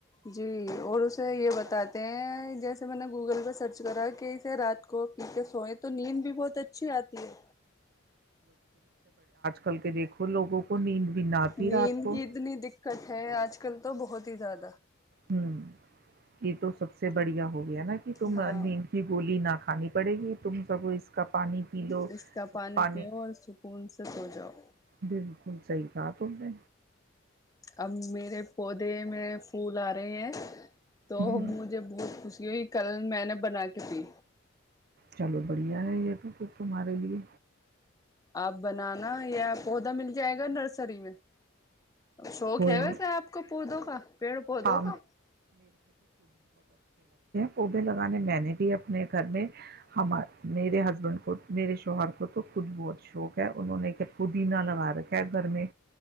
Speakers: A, on the left (about 15°); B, on the right (about 50°).
A: جی اور اسے یہ بتاتے ہیں جیسے میں نے گوگل سرچ کرا کہ اسے رات کو پیتے سوئے تو نیند بھی بہت اچھی آتی ہے
B: چل کے دیکھووں کو نیند بھی نہ آتی
A: نیند
B: رات کو
A: کی اتنی د کٹھے آج کل تو بہت ہی زیادہ
B: ہوں یہ تو سب سے بڑھیا ہوگ نا کہ تم
A: ہاں
B: نیند کی گولی نہ کھانی پڑے گی تم سبو اس کا پانی پی لو
A: اس کا
B: پانی
A: پیو اور سکون سے سو جاؤ
B: بالکل صحیح کہا تم نے
A: اب میرے پودے د میں پھول آ رہے ہیں تو
B: ہ
A: مجھے بہت خوشی ہوئی کل میں نے بنا کے پی
B: چلو بڑھیا ہے یہ تو کھر تمہارے لیے
A: آپ بنانا یا پودا مل جائے گا نرسری میں شوق
B: کوئی
A: ہے
B: نہیں
A: ویسے آپ کو پودوں کا پیڑ پودوں
B: ہاں
A: کا
B: پوبے لگانے میں نے بھی اپنے گھر میں ہمار میرے ہسبینڈ کو میرے شوہر کو تو کچھ بہت شوق ہے انہوں نے کہ پودینہ لگا رکھا ہے گھر میں